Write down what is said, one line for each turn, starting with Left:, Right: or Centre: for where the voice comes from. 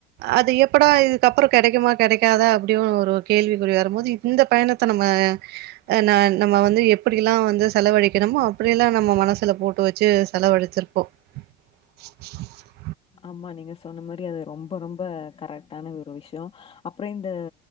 Right: அது எப்படா இதுக்கப்புற கெடைக்குமா கெடைக்க தா அப்டியோனு ஒரு கேள்விக்குறி வரும்போது இந்த பயணத்தை நம்ம அ ந நம்ம வந்து எப்படில்லா- அ வந்து செலவழிக்கணமோ அப்டியெல்லா நம்ம மனசுல போட்டு வச்சு செலவழச்சிருப்போம்- <unintelligible>
Left: ஆமா நீங்க சொன்ன மாரி அது ரொம்ப ரொம்ப கரெக்டான ஒரு விஷயம் அப்புற இந்த